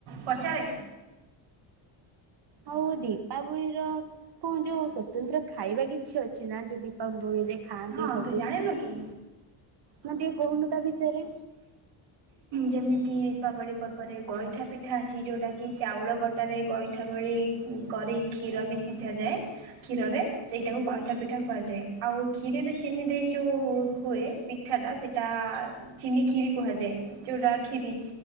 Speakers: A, on the right; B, on the right.
A: ପଚାରେ?
B: ଆଉ ଦୀପାବଳିର କଣ ଯୋଉ ସ୍ୱତନ୍ତ୍ର ଖାଇବା କିଛି ଅଛି ନା ଯୋଉ ଦୀପାବଳିରେ? ଖାଆନ୍ତି
A: ହଁ
B: ସବୁ
A: ତୁ ଜାଣିନୁ କି?
B: ନା ଟିକେ କହୁନୁ ତା ବିଷୟରେ
A: ଯେମିତି ଦୀପାବଳି ପର୍ବରେ ଗଇଁଠା ପିଠା ଅଛି, ଯେଉଁଟାକି ଚାଉଳ ବଟାରେ ଗଇଁଠା ବଳି କରି କ୍ଷୀର ବି ସିଝାଯାଏ, କ୍ଷୀରରେ ସେଇଟାକୁ ଗଇଁଠା ପିଠା କୁହାଯାଏ, ଆଉ ଖିରୀରେ ଚିନି ଦେଇ ଯୋଉ ହୁଏ ପିଠା ଟା ସେଇଟା ଚିନିଖିରୀ କୁହାଯାଏ। ଯେଉଟା ଖିରୀ